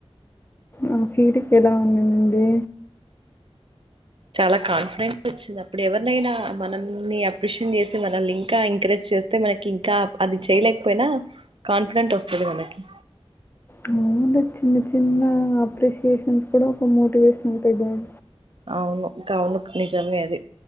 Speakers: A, on the left; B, on the right.
A: ఆ ఫీలింగ్ ఎలా ఉనినింది
B: చాలా కాన్ఫిడెన్ట్ వచ్చింది అప్పుడు ఎవరినైనా మనల్ని అప్రిషియేట్ చేసి మనల్ని ఇంకా ఎంకరేజ్ చేస్తే మనకి ఇంకా అది చేయలేకపోయినా కాన్ఫిడెంట్ వస్తది మనకి
A: అవును చిన్న చిన్న అప్రిషయేషన్స్ కూడా ఒక మోటివేషన్ ఉంటాయి కదం
B: అవును కవును నిజమే అది